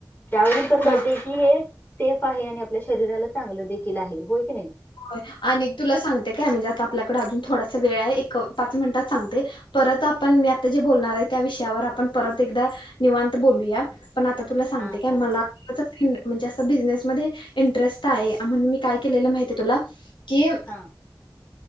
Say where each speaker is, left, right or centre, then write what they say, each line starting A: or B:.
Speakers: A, on the left (about 25°); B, on the left (about 80°).
A: त्यावरून तर कळतय
B: हा.
A: की हे सेफ आहे आणि आपल्या शरीराला चांगलं देखील आहे होय की नाही
B: होय आणि तुला सांगते काय म्हणजे आता आपल्याकडे अजून थोडासा वेळ आहे एक पाच मिनिटात सांगते परत आपण मी आता जे बोलणार आहे त्या विषयावर आपण परत एकदा निवांत बोलूया पण आता तुला सांगते
A: हा चालेल
B: काय मला बिन म्हणजे अस बिजनेस मध्ये इन्टरेस्टं आहे, आ- म्हणुन मी काय केलेले माहीतेय- तुला- कि-
A: हा